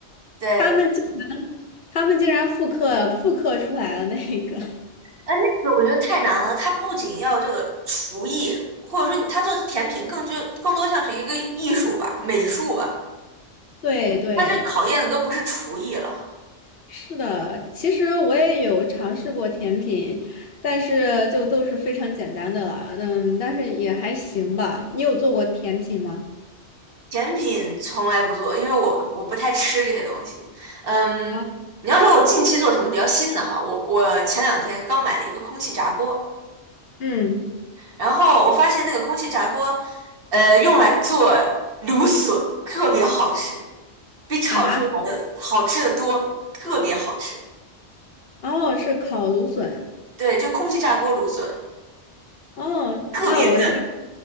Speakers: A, on the right; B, on the left.
A: 对。
B: 他们竟然，他们竟然复刻复刻出来了那个，
A: 哎，那个我觉得太难了。它不仅要这个厨艺，或者说你它做甜品更就更多像是一个艺术吧、美术吧。
B: <laughs> 对对。
A: 它这考验的都不是厨艺了。
B: 是的，其实我也有尝试过甜品，但是就都是非常简单的了，嗯，但是也还行吧。你有做过甜品吗？
A: 甜品从来不做，因为我我不太吃这些东西。嗯，
B: 啊，
A: 你要说我近期做什么比较新的哈，我我前两天刚买了一个空气炸锅，
B: 嗯
A: 然后我发现那个空气炸锅，呃，用来做芦笋特别好吃，比炒出来的好吃的多，
B: 啊，
A: 特别好吃。
B: 哦，是烤芦笋，
A: 对，就空气炸锅芦笋，
B: 哦，
A: 特别嫩，
B: 那我下，